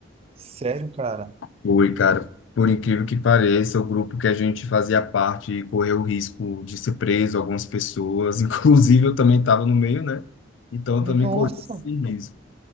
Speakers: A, on the right; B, on the left.
A: Sério, cara?
B: Foi, cara. Por incrível que pareça, o grupo que a gente fazia parte correu o risco de ser preso, algumas pessoas, <laughs> inclusive eu também estava no meio, né? Então eu
A: Nossa,
B: também corri esse risco.